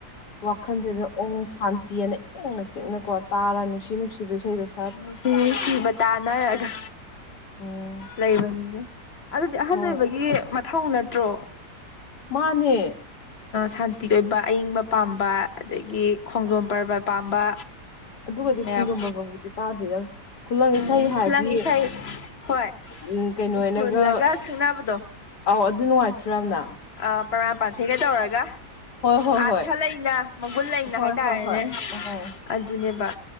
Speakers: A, on the left; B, on the left.
A: ꯋꯥꯈꯜꯁꯤꯗ ꯑꯣꯡ ꯁꯥꯟꯇꯤ ꯑꯅ ꯏꯪꯅ ꯆꯤꯛꯅꯀꯣ ꯇꯥꯔ ꯅꯨꯡꯁꯤ ꯅꯨꯡꯁꯤꯕ ꯏꯁꯩꯗꯁꯨ
B: ꯎ ꯁꯤ ꯁꯤꯕ ꯇꯥꯅꯔꯒ
A: ꯎꯝ
B: ꯂꯩꯕꯅꯤꯅꯦ ꯑꯗꯨꯗꯤ ꯑꯍꯟ
A: ꯍꯣꯏ
B: ꯑꯣꯏꯕꯒꯤ ꯃꯊꯧ ꯅꯠꯇ꯭ꯔꯣ
A: ꯃꯥꯅꯦ
B: ꯁꯥꯟꯇꯤ ꯑꯣꯏꯕ ꯑꯏꯤꯡꯕ ꯄꯥꯝꯕ ꯑꯗꯒꯤ ꯈꯣꯡꯖꯣꯝ ꯄꯔꯕ ꯄꯥꯝꯕ
A: ꯑꯗꯨꯒꯗꯤ
B: ꯃꯌꯥꯝ
A: ꯈꯣꯡꯖꯣꯝ ꯕ꯭ꯔꯕꯕꯨꯗꯤ ꯇꯥꯗꯣꯏꯗ ꯈꯨꯂꯪ ꯏꯁꯩ
B: ꯎꯝ
A: ꯍꯥꯏꯔꯗꯤ
B: ꯈꯨꯂꯪ ꯏꯁꯩ ꯍꯣꯏ
A: ꯎꯝ ꯀꯩꯅꯣꯅꯒ
B: ꯍꯨꯜꯂꯒ ꯁꯛꯅꯕꯗꯣ
A: ꯑꯥꯎ ꯑꯗꯨ ꯅꯨꯡꯉꯥꯏꯇ꯭ꯔꯕꯅ
B: ꯑ ꯄ꯭ꯔꯃꯥꯄꯥ ꯊꯤꯒꯩꯗ ꯑꯣꯔꯒ
A: ꯍꯣꯏ ꯍꯣꯏ
B: ꯑꯥꯊ
A: ꯍꯣꯏ
B: ꯂꯩꯅ ꯃꯒꯨꯟ ꯂꯩꯅ
A: ꯍꯣꯏ
B: ꯍꯥꯏꯇꯥꯔꯦꯅꯦ
A: ꯍꯣꯏ ꯍꯣꯏ ꯎꯝ
B: ꯑꯗꯨꯅꯦꯕ